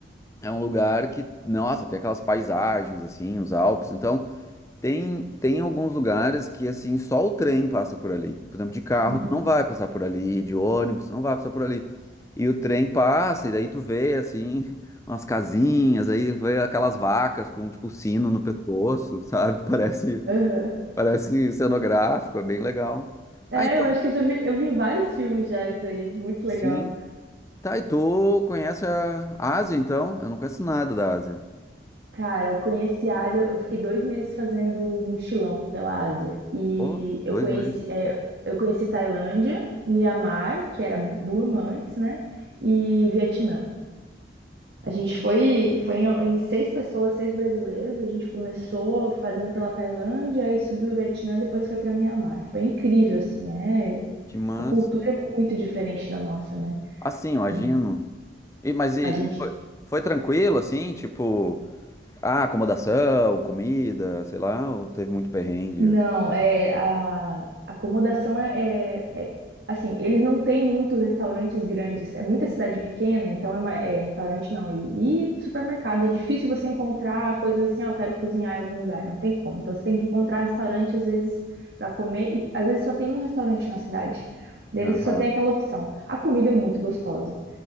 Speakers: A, on the left (about 15°); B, on the right (about 60°).
A: É um lugar que, nossa, tem aquelas paisagens assim, os Alpes. Então, tem tem alguns lugares que assim, só o trem passa por ali. Por exemplo, de carro
B: Uhum.
A: tu não vai passar por ali, de ônibus tu não vai passar por ali. E o trem passa e daí tu vê assim <laughs> umas casinhas, aí vê aquelas vacas com tipo sino no pescoço, <laughs> sabe? Parece
B: Aham.
A: parece cenográfico, é bem legal.
B: É,
A: Ah, então,
B: eu acho que eu já vi, eu vi em vários filmes já isso aí. Muito
A: sim.
B: legal.
A: Tá, e tu conhece a Ásia, então? Eu não conheço nada da Ásia.
B: Cara, eu conheci a Ásia, eu fiquei dois meses fazendo mochilão pela Ásia. E
A: Pô,
B: eu
A: dois
B: conheci,
A: meses.
B: é, eu conheci Tailândia, Mianmar, que era Burma antes, né? E Vietnã. A gente foi, foi em, em seis pessoas, seis brasileiros. A gente começou fazendo pela Tailândia, aí subiu o Vietnã, depois foi para Mianmar. Foi incrível, assim, é.
A: Que massa.
B: A cultura é muito diferente da nossa, né?
A: Assim, imagino.
B: A gen-
A: E, mas e,
B: a gente,
A: e foi, foi tranquilo, assim? Tipo, ah, acomodação, comida, sei lá, ou teve muito perrengue?
B: Não, é a a acomodação é, é, é- assim, eles não têm muitos restaurantes grandes, é muita cidade pequena, então é, ma- é restaurante não, e, e supermercado, é difícil você encontrar coisas assim, ah, eu quero cozinhar em algum lugar, não tem como. Então você tem que encontrar restaurante às vezes para comer e às vezes só tem um restaurante na cidade. Daí
A: Aham,
B: você só tem aquela opção. A comida é muito gostosa.